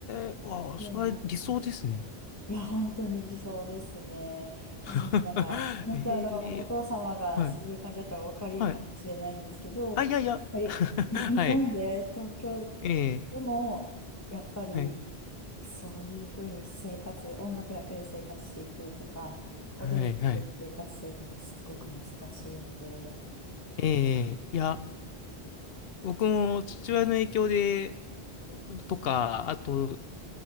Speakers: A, on the left (about 70°); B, on the left (about 15°).
A: え、ああ、
B: そうなんです。
A: それは理想ですね。
B: いや、本当に理想ですね。
A: <laughs>
B: なんか、本当あの、
A: ええ、
B: お父様がそういう感じだったらお分かりかもしれないんですけど、
A: はい。はい。あ、
B: やっぱりに日本で東京
A: いやいや。<laughs> はい。ええ、
B: でも、やっぱり
A: はい。
B: そういうふうに生活、音楽だけで生活していくとか、踊りだけで生活するってやっぱりすっごく難しいので。
A: はい。はい。ええ、いや、僕も父親の影響で、とか、あと、